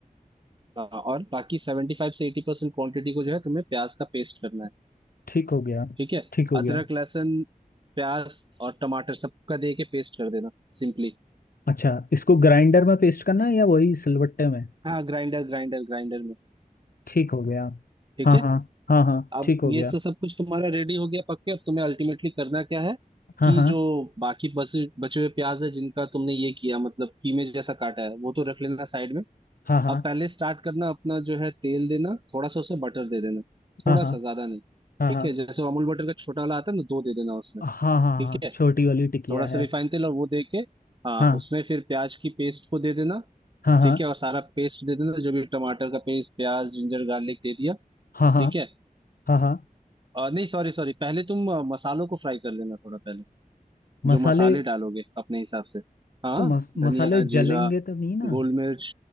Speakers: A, on the right; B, on the left.
A: हाँ, और बाकी सेवेंटी फाइव से एटी परसेंट क्वांटिटी को जो है तुम्हें प्याज का पेस्ट करना है
B: ठीक हो गया
A: ठीक है
B: ठीक हो
A: अदरक
B: गया
A: लहसुन प्याज और टमाटर सबका दे के पेस्ट कर देना सिंपली
B: अच्छा इसको ग्राइंडर में पेस्ट करना है या वही सिलबट्टे में
A: हाँ ग्राइंडर ग्राइंडर ग्राइंडर में
B: ठीक हो गया
A: ठीक
B: हाँ
A: है
B: हाँ हाँ हाँ
A: अब
B: ठीक हो
A: ये
B: गया
A: तो सब कुछ तुम्हारा रेडी हो गया पक्के अब तुम्हें अल्टीमेटली करना क्या है
B: हाँ
A: कि
B: हाँ
A: जो बाकी बचे बचे हुए प्याज है जिनका तुमने ये किया मतलब कीमे जैसा काटा है वो तो रख लेना साइड में
B: हाँ हाँ
A: अब पहले स्टार्ट करना अपना जो है तेल देना थोड़ा सा उसे बटर दे देना थोड़ा
B: हाँ हाँ
A: सा ज्यादा नहीं
B: हाँ
A: ठीक
B: हाँ
A: है जैसे वो अमूल बटर का छोटा वाला आता है ना दो दे देना उसमें
B: हाँ हाँ
A: ठीक
B: हाँ
A: है
B: छोटी वाली टिकिया
A: थोड़ा सा
B: है
A: रिफाइन तेल और वो दे के हाँ
B: हाँ
A: उसमें फिर प्याज की पेस्ट को दे देना
B: हाँ हाँ
A: ठीक है और सारा पेस्ट दे देना जो भी टमाटर का पेस्ट प्याज जिंजर गार्लिक दे दिया
B: हाँ हाँ
A: ठीक है
B: हाँ हाँ
A: अ, नहीं सॉरी सॉरी पहले तुम अ, मसालों को फ्राई कर लेना थोड़ा पहले
B: मसाले
A: जो मसाले डालोगे अपने हिसाब से हाँ
B: तो मस, मसाले
A: धनिया जीरा
B: जलेंगे तो नहीं ना
A: गोल मिर्च